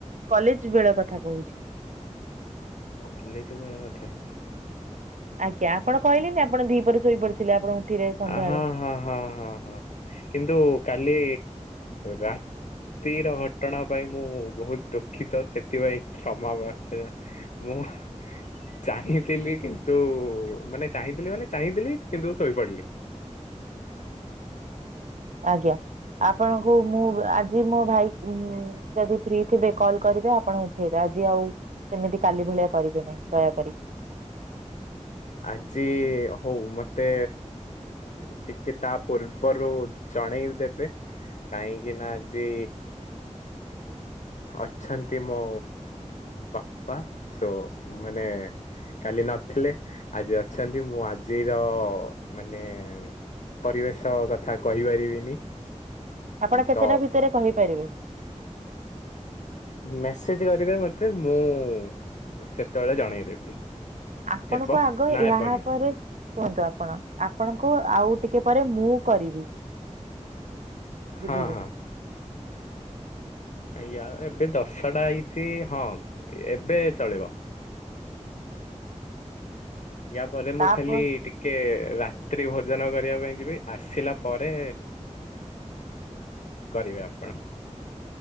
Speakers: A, on the right (about 80°); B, on the left (about 70°).
A: କଲେଜ ବେଳ କଥା କହୁଛି।
B: କଲେଜ ବେଳ କଥା।
A: ଆଜ୍ଞା ଆପଣ କହିଲେନି ଆପଣ ଦିପହରେ ଶୋଇପଡିଥିଲେ ଆପଣ ଉଠିଲେ ସନ୍ଧ୍ୟାବେଳେ
B: ହଁ-ହଁ-ହଁ-ହଁ-ହଁ, କିନ୍ତୁ କାଲି ରା ତିର ଘଟଣା ପାଇଁ ମୁଁ ବହୁତ ଦୁଃଖିତ, ସେଥିପାଇଁ କ୍ଷମାପ୍ରାର୍ଥନା ମୁଁ ଚାହିଁଥିଲି କିନ୍ତୁ ମାନେ ଚାହିଁଥିଲି ମାନେ ଚାହିଁଥିଲି କିନ୍ତୁ ଶୋଇ ପଡିଲି।
A: ଆଜ୍ଞା। ଆପଣଙ୍କୁ ମୁଁ ଆଜି ମୋ ଭାଇ ଉଁ-ଉଁ ଯଦି ଫ୍ରି ଥିବେ କଲ୍ କରିବେ ଆପଣ ଉଠେଇବେ ଆଜି ଆଉ ସେମିତି କାଲି ଭଳିଆ କରିବେ ନାହିଁ ଦୟାକରି।
B: ଆଜି ହଉ ମତେ ଟିକେ ତା ପୂର୍ବରୁ ଜଣେଇ ଦେବେ। କାହିଁକିନା ଆଜି ଅଛନ୍ତି ମୋ ବାପା ସୋ ମାନେ କାଲି ନଥିଲେ ଆଜି ଅଛନ୍ତି, ମୁଁ ଆଜିର ମାନେ ପରିବେଶ କଥା କହିପାରିବିନି।
A: ଆପଣ କେତେଟା
B: ତ
A: ଭିତରେ କହିପାରିବେ?
B: ମେସେଜ କରିବେ ମତେ ମୁଁ ସେତେବେଳେ ଜଣେଇଦେବି।
A: ଆପଣଙ୍କୁ
B: ହେବ
A: ଆଗ
B: ନା
A: ଏହା
B: ହେବନି
A: ପରେ କୁହନ୍ତୁ ଆପଣ, ଆପଣଙ୍କୁ ଆଉ ଟିକେ ପରେ ମୁଁ କରିବି।
B: ହଁ
A: ବୁଝିଲେ
B: ହଁ। ୟା ଏବେ ଦଶଟା ହେଇଛି ହଁ ଏବେ ଚଳିବ। ୟା ପରେ ମୁଁ
A: ତାପରେ
B: ଖାଲି ଟିକ୍ ଟିକେ ରାତ୍ରି ଭୋଜନ କରିବା ପାଇଁ ଯିବି ଆସିଲା ପରେ କରିବେ ଆପଣ‌